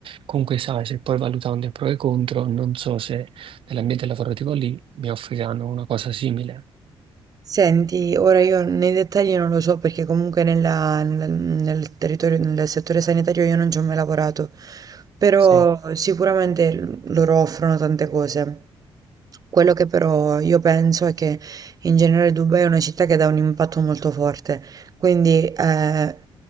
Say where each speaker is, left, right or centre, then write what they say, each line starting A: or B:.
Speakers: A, on the right; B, on the right.
A: comunque sai, se poi valutando i pro e i contro, non so se nell'ambiente lavorativo lì mi offriranno una cosa simile.
B: Senti, ora io nei dettagli non lo so perché comunque nella- nel, nel territorio, nel settore sanitario io non ci ho mai lavorato, però
A: Sì,
B: sicuramente loro offrono tante cose. Quello che però io penso è che in generale Dubai è una città che dà un impatto molto forte, quindi eh,